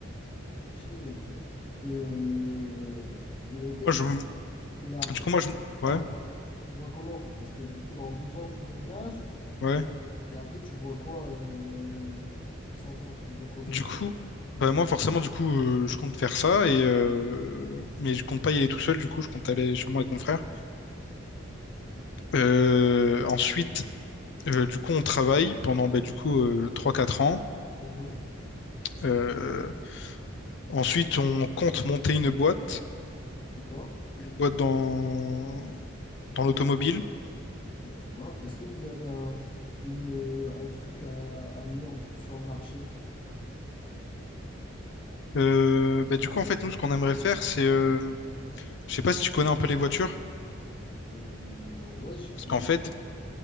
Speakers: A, on the left; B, on the left.
A: Ok. Et, euh, et ok,
B: Moi,
A: trop.
B: je...
A: Et après,
B: Du coup, moi, je... Ouais,
A: par la suite, tu te vois comment? Parce que du coup, dans deux ans, tu déménages,
B: ouais.
A: mais après, tu vois quoi euh, au bout de cinq ans? Tu te vois comment?
B: Du coup, bah moi, forcément, du coup, euh, je compte faire ça. Et, euh, Mais je compte pas y aller tout seul. Du coup, je compte aller chez moi avec mon frère. Euh, Ensuite, euh, du coup, on travaille pendant, bah, du coup, euh, 3-4 ans.
A: Mhm.
B: Euh, Ensuite, on compte monter une boîte.
A: D'accord,
B: une boîte dans, dans l'automobile.
A: d'accord. Est-ce que vous avez un, une- un truc à amener en plus sur le marché?
B: Euh, bah, du coup, en fait, nous, ce qu'on aimerait faire, c'est, euh, je sais pas si tu connais un peu les voitures,
A: Euh, ouais, j'ai...
B: parce
A: j'ai-
B: qu'en fait,